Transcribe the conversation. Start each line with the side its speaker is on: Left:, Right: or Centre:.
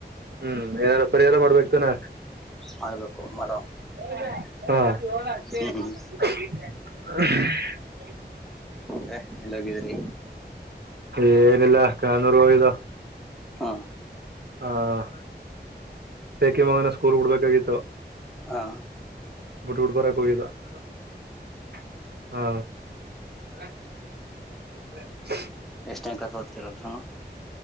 Right: ಹ್ಮ್ ಯಾರು ಪರಿಹಾರ ಮಾಡ್ಬೇಕತಾನ.
Centre: ಮಾಡ್ಬೇಕು ಮಾಡವ.
Right: ಹ್ಮ್ಮ್
Centre: ಹ್ಮ್
Right: <unintelligible>
Centre: ಹ ಎಲ್ಲ ಹೋಗಿದ್ರಿ.
Right: ಏನಿಲ್ಲಾ ಕನೂರುೂ ಇದು.
Centre: ಹಾ.
Right: ಹ ಟೇಕೆ ಮಗನ ಸ್ಕೂರ್ ಬಿಡ್ಬೇಕಾಗಿತ್ತು.
Centre: ಹಾ.
Right: ಬಿಡ್ ಡ್ ಬರಕ್ ಹೋಗಿದ್ದ <inaudible> ಹಾ <unintelligible>
Centre: <unintelligible>